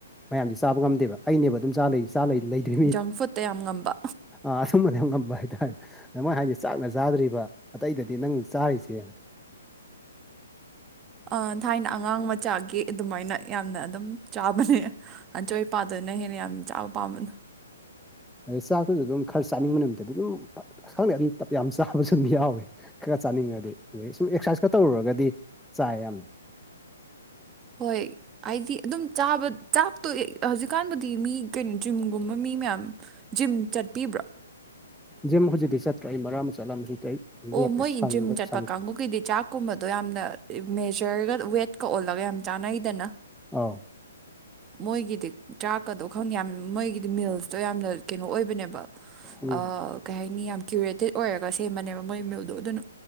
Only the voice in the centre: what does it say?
ꯃꯌꯥꯝꯁꯦ ꯆꯥꯕ ꯉꯝꯗꯦꯕ ꯑꯩꯅꯦꯕ ꯑꯗꯨꯝ ꯆꯥ ꯂꯩ ꯆꯥ ꯂꯩ ꯂꯩꯗꯣꯏ
ꯑ ꯑꯃꯗꯥ ꯌꯥꯝ ꯉꯝꯕ ꯍꯥꯏꯇꯥꯔꯦ ꯗ ꯃꯣꯏ ꯍꯥꯏꯅ‌ꯦ ꯆꯥꯛꯅ ꯆꯥꯗ꯭ꯔꯤꯕ ꯑꯇꯩꯗꯗꯤ ꯅꯪꯅ ꯆꯥꯔꯤꯖ‌ꯦꯅ <inaudible>
ꯗꯩ ꯆꯥꯛꯇꯖꯨ ꯑꯗꯨꯝ ꯈꯔ ꯆꯥꯅꯤꯡꯕ ꯅꯨꯃꯤꯠꯇꯗꯤ ꯗꯨꯝ ꯐꯠ ꯑꯁ ꯈꯪꯗꯦ ꯑꯗꯨꯝ ꯇꯞ ꯌꯥꯝ ꯆꯥꯕꯁꯨ ꯑꯗꯨꯝ ꯌꯥꯎꯋꯤ ꯈꯔ ꯆꯥꯅꯤꯡꯉꯗꯤ ꯑꯗꯩ ꯁꯨꯝ ꯑꯦꯛꯁꯥꯏꯖ ꯀꯥ ꯇꯧꯔꯨꯔꯒꯗꯤ ꯆꯥꯏ ꯌꯥꯝꯅ
ꯖꯤꯝ ꯍꯨꯖꯤꯛꯇꯤ ꯆꯠꯇ꯭ꯔꯦ ꯑꯩ ꯃꯔꯛ ꯑꯃꯥ ꯆꯠꯂꯝ ꯍꯨꯖꯤꯛꯇꯤ ꯑꯩ ꯂꯦꯞꯄꯦ
ꯁꯪꯗꯦ
ꯁꯪꯗ꯭ꯔꯦ
ꯑꯥꯎ
ꯎꯝ